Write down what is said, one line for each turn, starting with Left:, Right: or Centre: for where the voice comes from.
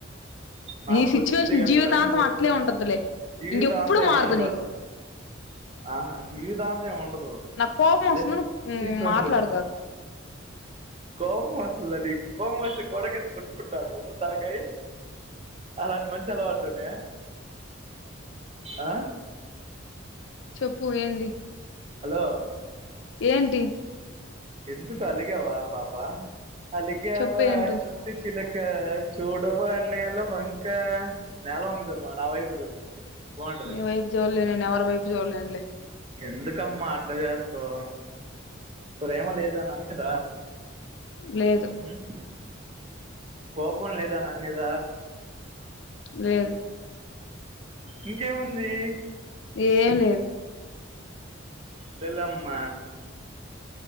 Right: నాకు
Left: నీ సిచ్యువేషన్
Right: కొద్దిగా అంత
Left: జీవితాంతం
Right: టైం పడితే
Left: అట్లే ఉంటదులే.
Right: జీవితాంతం
Left: ఇంకెప్పుడు
Right: ఏమి
Left: మారదు
Right: ఉండదు
Left: నీకు.
Right: అట్లా ఆహా జీవితాంతం ఏమి ఉండదు
Left: నాక్ కోపం వొస్తుంది.
Right: జస్ట్
Left: నువ్
Right: చికెన్
Left: మాట్లాడుకాకు.
Right: కోపమోస్తుందా నీకు కోపమోస్తే గోడకేసి కొట్టుకుంటావ నువ్వు తలకాయి. అలాంటి మంచి అలవాట్లున్నయా? ఆ?
Left: చెప్పు ఏంది?
Right: హలో
Left: ఏంటి?
Right: ఎందుకు అలిగావా పాప? అలిగావా
Left: చెప్పు ఏంటో
Right: చిట్ ట్టి చిలక చూడవా నేల వంకా? నేలవంగ జూడమా నా వైపు చూడు. బాగుంటది
Left: నీ వైపు చూడ్లే నేను ఎవరి వైపు చూడలేను లే.
Right: ఎందుకమ్మ అట్ల జేస్తవ్? ప్రేమ లేదా నా మీద?
Left: లేదు
Right: మ్ కోపం లేదా నా మీద?
Left: లేేదు.
Right: ఇంకేముంది?
Left: ఏం లేదు.
Right: తులమ్మ